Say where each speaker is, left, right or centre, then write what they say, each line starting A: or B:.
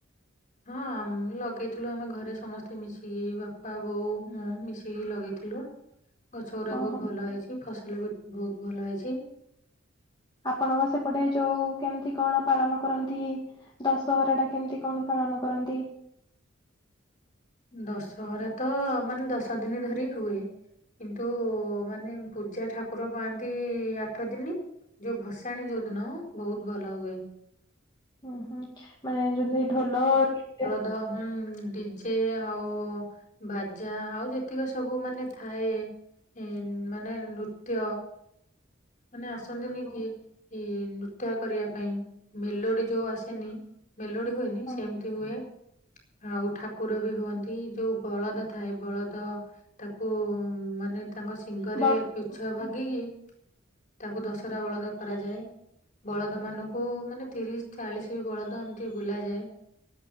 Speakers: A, on the left (about 40°); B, on the left (about 20°).
A: ହଁ ଆମେ ଲଗେଇଥିଲୁ ଆମେ ଘରେ ସମସ୍ତେ ମିଶିକି ବାପା, ବୋଉ, ମୁଁ ମିଶିକି ଲଗେଇଥିଲୁ।
B: <inaudible>
A: ଗଛ ଗୁରା
B: ଓହୋ
A: ବୋହୁତ ଭଲ ହେଇଚି ଫସଲ ବି ବୋହୁତ ଭଲ ହେଇଚି।
B: ଆପଣଙ୍କ ସେପଟେ ଯୋଉ କେମିତି କଣ ପାଳନ କରନ୍ତି? ଦଶହରାଟା କେମିତି କଣ ପାଳନ କରନ୍ତି?
A: ଦଶହରା ତ ମାନେ ଦଶ ଦିନି ଧରି ହୁଏ। କିନ୍ତୁ ମାନେ ପୂଜା ଠାକୁର ପାଆନ୍ତି ଆଠ ଦିନି। ଯୋଉ ଭସାଣି ଯୋଉଦିନ ବୋହୁତ ଭଲ ହୁଏ।
B: ଉଁହୁଁ ମାନେ ଯେମତି ଢୋଲ <inaudible>
A: ତ ହୁଁ ଡିଜେ ଆଉ ବାଜା ଆଉ ଯେତିକି ସବୁ ମାନେ ଥାଏ ଏ ମାନେ ନୃତ୍ୟ। ମାନେ ଆସନ୍ତିନି
B: ହଁ
A: କି ଇ ନୃତ୍ୟ କରିବା ପାଇଁ ମେଲୋଡି ଯୋଉ ଆସେନି। ମେଲୋଡି ହୁଏନି
B: ହଁ।
A: ସେମତି ହୁଏ। ଆଉ ଠାକୁର ବି ହୁଅନ୍ତି ଯୋଉ ବଳଦ ବଳଦ ଥାଏ ବଳଦ। ତାକୁ ମାନେ ତାଙ୍କ ଶିଙ୍ଗରେ
B: ବ
A: ପିଛା ଭାଙ୍ଗିକି? ତାକୁ ଦଶହରା ବଳଦ କରାଯାଏ। ବଳଦମାନଙ୍କୁ ମାନେ ତିରିଶ ଚାଳିଶି ବଳଦ ଏମିତି ବୁଲାଯାଏ।